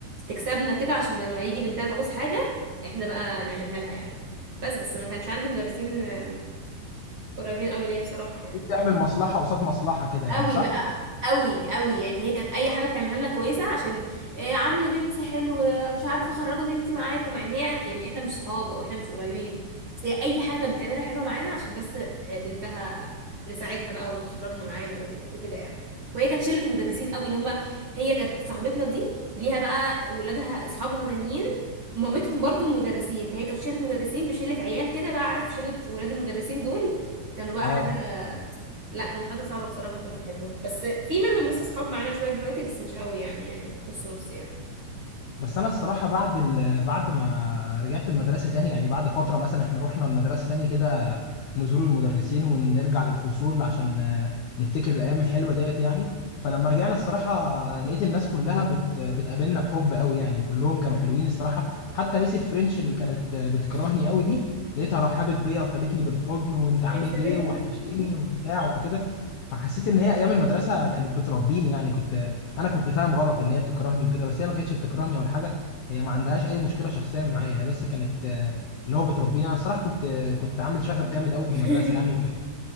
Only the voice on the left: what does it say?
بتعمل مصلحة قصاد مصلحة كده يعني
صح
اه
بس انا الصراحه بعد ال... بعد ما رجعت المدرسه تاني يعني بعد فتره مثلا احنا رحنا المدرسه تاني كده نزور المدرسين ونرجع للفصول عشان آه، نفتكر الايام الحلوه ديت يعني فلما رجعنا الصراحه لقيت الناس كلها بت... بتقابلنا بحب قوي يعني كلهم كانوا حلوين الصراحه حتى ميس الفرنش اللي كانت آه، بتكرهني
قوي دي لقيتها رحبت بيا وخدتني بالحضن وانت عامل
ايه وحشتني وبتاع وكده فحسيت ان هي ايام المدرسه كانت بتربيني يعني كنت انا كنت فاهم غلط ان هي بتكرهني وكده بس هي ما كانتش بتكرهني ولا حاجه هي ما عندهاش اي مشكله شخصيه معايا هي بس كانت آه، اللي هو بتربيني انا الصراحه كنت آه، كنت عامل شغب جامد قوي في
المدرسه يعني وكنت